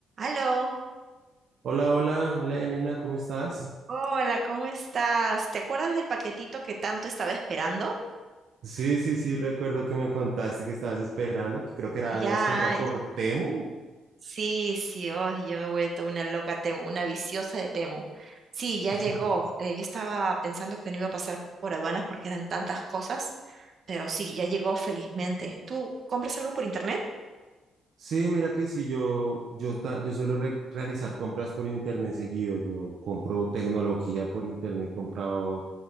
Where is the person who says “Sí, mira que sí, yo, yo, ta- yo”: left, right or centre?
Right